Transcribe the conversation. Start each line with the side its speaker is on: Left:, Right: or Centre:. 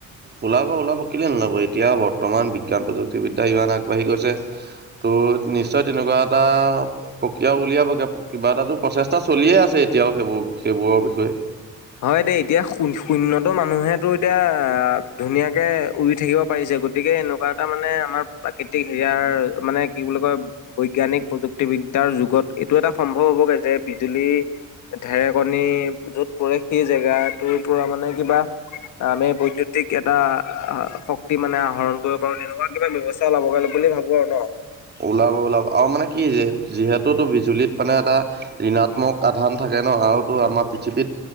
Right: ওলাব ওলাব কেলৈ নোলাব এতিয়াও বৰ্তমান বিজ্ঞান প্ৰযুক্তিবিদ্যা ইমান আগবাঢ়ি গৈছে। টো নিশ্চয় তেনেকুৱা এটা। প্ৰক্ৰিয়াও উলিয়াবগৈ কিবা এটাতো প্ৰচেষ্টা চলিয়ে আছে এতিয়াও সেইবোৰ সেইবোৰৰ বিষয়ে।
Left: হয় দেই এতিয়া শ শূন্যত মানুহেতো এতিয়া ধুনীয়াকে উৰি থাকিব পাৰিছে গ। তিকে এনেকুৱা এটা মানে আমাৰ প্ৰাকৃতিক হেৰিয়াৰ মানে কি বুলি কয়। বৈজ্ঞানিক প্ৰযুক্তিবিদ্যাৰ যুগত এইটো এটা সম্ভৱ হ'বগে যে বিজুলী। ঢেৰেকণী যত পৰে সেই জেগাটোৰ পৰা মানে কিবা। আমি বৈদ্যুতিক এটা শক্তি মানে আহৰণ কৰিব পাৰো তেনেকুৱা কিবা ব্যৱ। তা উলাব বুলি ভাবো আৰু ন।
Right: ওলাব ওলাব আৰু মানে কি যে যিহেতু বিজুলীত মানে এটা। ঋণাত্মক আধান থাকে ন আৰুতো আমাৰ পৃথিৱীত।